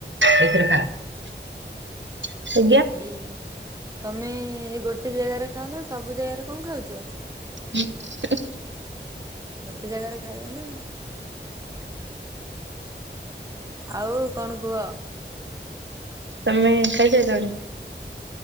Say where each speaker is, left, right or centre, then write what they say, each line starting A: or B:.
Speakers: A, on the right; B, on the right.
A: ସେଇଥିରେ ଖା ଆଜ୍ଞା।
B: ଏଇ ତମେ ଏ ଗୋଟେ ଜାଗାରେ ଖାଉନ ସବୁ ଜାଗାରେ କଣ ଖାଉଛ?
A: ହୁଁ ହୁଁ ହୁଁ।
B: ଗୋଟେ ଜାଗାରେ ଖାଇବ ନା। ଆଉ କଣ କୁହ?
A: ତମେ ଖାଇ ସାରିଲଣି?